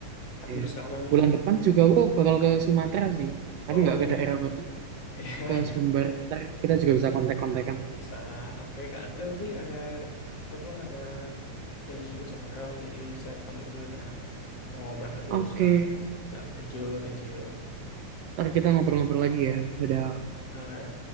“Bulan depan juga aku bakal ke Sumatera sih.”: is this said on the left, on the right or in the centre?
Right